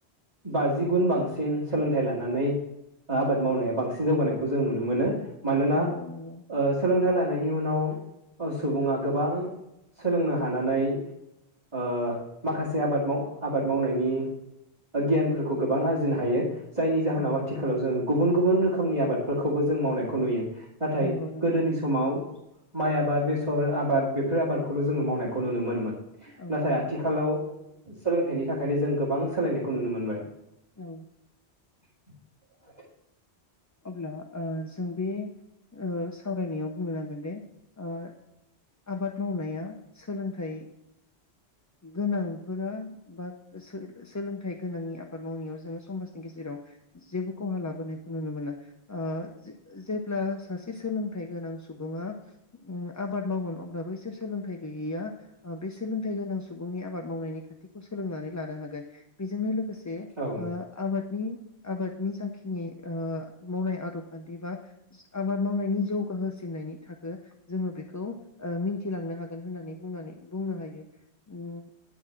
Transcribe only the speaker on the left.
नंगौ नंगौ
औ
नंगौ नंगौ
औ
औ।
अब्ला ओ जों बे ओ सावरायनायाव बुंनो नांगोनदि ओ आबाद मावनाया सोलोंथाइ गोनांफोरा बा सोलों-सोलोंथाइ गोनांनि आबाद मावनायाव जोङो समाजनि गेजेराव जेबो खहा लाबोनायखौ नुनो मोना ओ जेब्ला सासे सोलोंथाइ गोनां सुबुङा आबाद मावगोन अब्ला बैसोर सोलोंथाइ गैयैया ओ बे सोलोंथाइ गोनां सुबुंनि आबाद मावनायनि खान्थिखौ सोलोंनानै लानो हागोन बेजोंनो लोगोसे
ओ आबादनि आबादनि जाखिनि ओ मावनाय आदब खान्थि बा आबाद मावनायनि जौगाहोसिननायनि थाखो जोङो बेखौ ओ मिन्थिलांनो हागोन होननानै बुंनानै बुंनो हायो। उम।